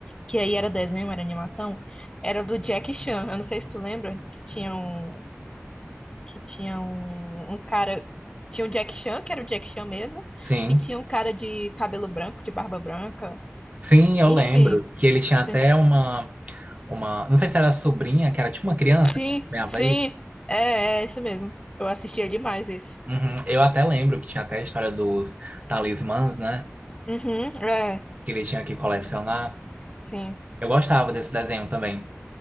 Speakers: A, on the left; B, on the right.
A: que aí era desenho, era animação, era do Jack Chan. Eu não sei se tu lembra, que tinha um que tinha um, um cara. Tinha o Jack Chan, que era o Jack Chan mesmo,
B: Sim.
A: e tinha um cara de cabelo branco, de barba branca.
B: Sim, eu
A: Enfim.
B: lembro que ele tinha
A: Sim,
B: até uma, uma, não sei se era sobrinha, que era tipo uma criança
A: sim,
B: que acompanhava
A: sim.
B: ele.
A: É, é esse mesmo. Eu assistia demais esse.
B: Uhum. Eu até lembro que tinha até a história dos talismãs, né?
A: Uhum, é,
B: Que ele tinha que colecionar.
A: sim.
B: Eu gostava desse desenho também.